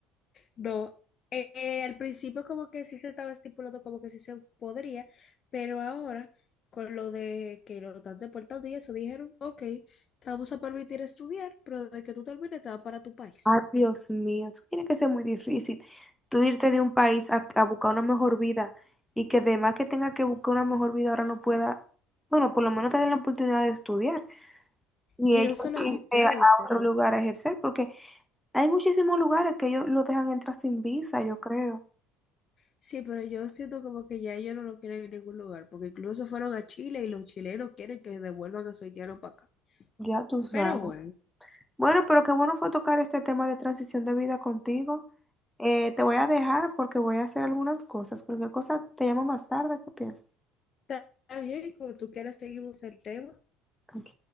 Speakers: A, on the left (about 30°); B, in the centre.
A: No, eh, eh, al principio como que sí se estaba estipulando como que sí se podría, pero ahora con lo de que lo están deportando y eso, dijeron, ok, te vamos a permitir estudiar, pero de que tú termines te vas para tu país.
B: Ay, Dios mío, eso tiene que ser muy difícil. Tú irte de un país a, a buscar una mejor vida y que además que tenga que buscar una mejor vida ahora no pueda, bueno, por lo menos te den la oportunidad de estudiar y
A: Y
B: ellos
A: no solo
B: irse
A: yo, te oíste.
B: a otro lugar a ejercer, porque hay muchísimos lugares que ellos lo dejan entrar sin visa, yo creo.
A: Sí, pero yo siento como que ya ellos no lo quieren en ningún lugar, porque incluso fueron a Chile y los chilenos quieren que devuelvan a su haitiano para acá.
B: Ya tú sabes.
A: Pero bueno,
B: Bueno, pero qué bueno fue tocar este tema de transición de vida contigo. Eh, te voy a dejar porque voy a hacer algunas cosas. Cualquier cosa te llamo más tarde. ¿Qué piensas?
A: está bien, como tú quieras seguimos el tema.
B: Ok.